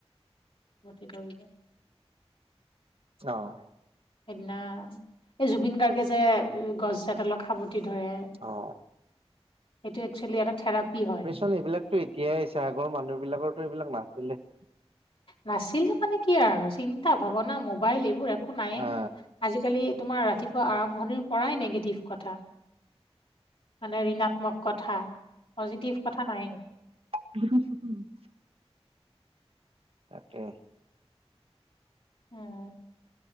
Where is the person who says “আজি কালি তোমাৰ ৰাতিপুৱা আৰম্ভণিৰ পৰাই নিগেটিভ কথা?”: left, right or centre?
Left